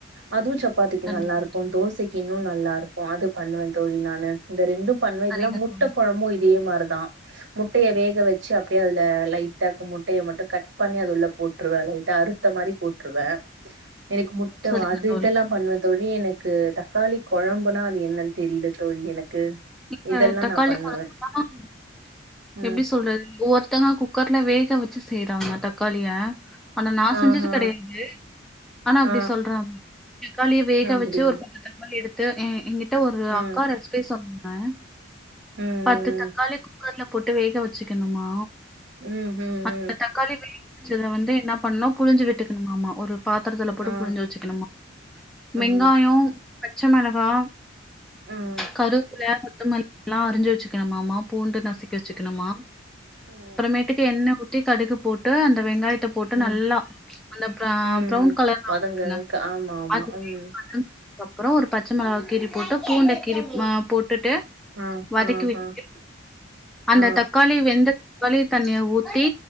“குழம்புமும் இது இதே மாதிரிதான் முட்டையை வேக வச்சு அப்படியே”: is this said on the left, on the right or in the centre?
Right